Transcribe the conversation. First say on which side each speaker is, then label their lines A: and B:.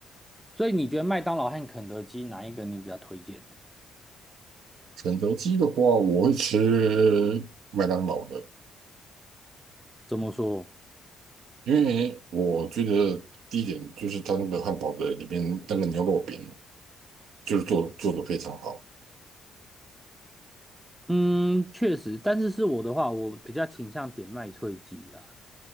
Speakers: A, in the centre; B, on the right.
A: 所以你觉得麦当劳和肯德基哪一个你比较推荐？
B: 肯德基的话，我会吃麦当劳的，
A: 怎么说？
B: 因为我觉得第一点就是它那个汉堡的里边那个牛肉饼就是做做的非常好。
A: 嗯，确实，但是是我的话，我比较倾向点麦脆鸡啊。